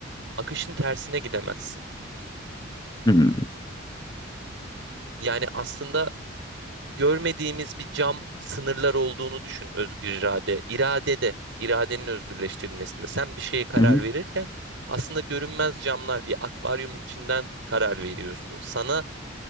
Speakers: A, on the right (about 70°); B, on the left (about 20°).
A: Akışın tersine gidemezsin.
B: Hı hı.
A: Yani aslında görmediğimiz bir cam sınırlar olduğunu düşün özgür irade. İradede, iradenin özgürleştirilmesinde. Sen bir şeye karar
B: Hı hı.
A: verirken aslında görünmez camlar bir akvaryumun içinden karar veriyorsun. Sana